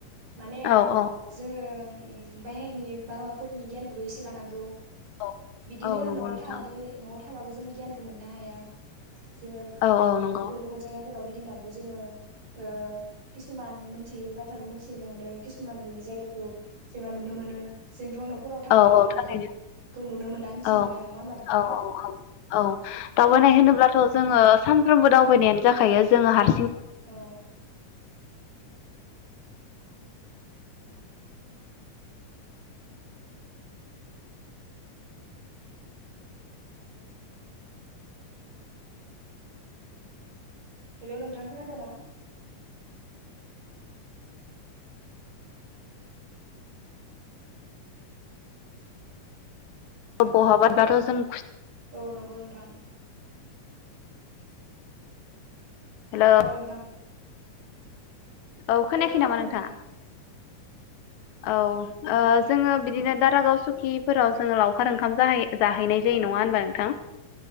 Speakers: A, on the right (about 80°); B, on the left (about 70°).
A: माने
B: औ औ
A: जोङो। ओम बाहेरनि बारहावाफोरनि गियानखौबो एसे लानांगौ।
B: औ
A: बिदिनो
B: औ नंगौ
A: नआव
B: नोंथां
A: थानानै नआव थ। थाबाबो जों गियानखौ मोननो हाया। जोङो
B: औ औ नंगौ
A: गुबुन गुबुन जायगा फोरफोराव गिदिंनानैबो जोङो। ओ किसुमान मोनथियै बाथ्राखौ मिथिनो मोनो किसुमान नुयै जायगाखौ। जोङो नुनो मोनो। जोंथ नखराव थाबाय
B: औ
A: थाबाथ
B: औ थारैनो
A: बिदिखौ नुनो मोना मिथिनो
B: औ
A: मोना नङा होनबा नोंथां।
B: औ औ औ दावबायनाय होनोब्लाथ' जोङो सानफ्रोमबो दावबायनायानो जाखायो जोङो हार
A: औ। हेलौ नोंथां खोनादोंना?
B: बहाबा बाथ जों।
A: औ नंगौ नोंथां।
B: हेलौ
A: औ नोथां।
B: औ खोनायाखै
A: ओइ खोनादों
B: नामा नोंथाङा
A: नोंथां।
B: औ आ। जोङो बिदिनो दारागाव सुकिफोराव जोङो लावखार ओंखाम जाहै जाहैनाय
A: औ
B: जायो
A: नंगौ
B: नङा होनबा नोंथां।
A: नंगौ